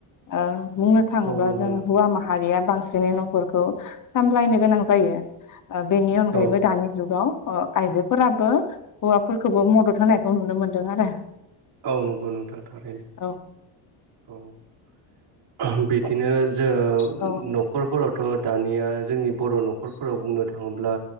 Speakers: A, on the left; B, on the right.
A: ओ बुंनो थाङोब्ला
B: औ नंगौ
A: जों
B: नोंथां
A: हौवा माहारिया बांसिनै न'खरखौ सामलायनो गोनां जायो ओ बेनि अनगायैबो
B: औ
A: दानि जुगाव ओ आइजोफोराबो हौवाफोरखौबो मदद होनायखौ नुनो मोनदों आरो।
B: औ नंगौ नोंथां थारैनो।
A: औ।
B: औ बिदिनो जो
A: औ
B: न'खरफोरावथ' दानिया जोंनि बर' न'खरफोराव बुंनो थाङोब्ला